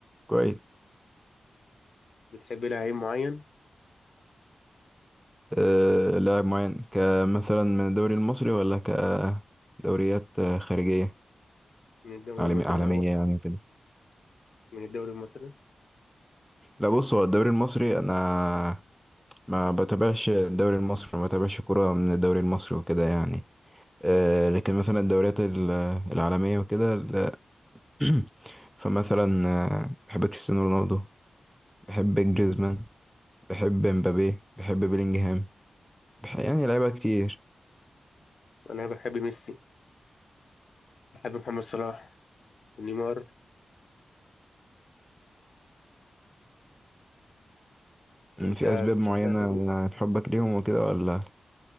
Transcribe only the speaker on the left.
بتحب لعيب معين
من الدوري
المصري
الأول
من الدوري المصري
انا بحب ميسي بحب محمد صلاح ونيمار
انت
بتشجع
مين؟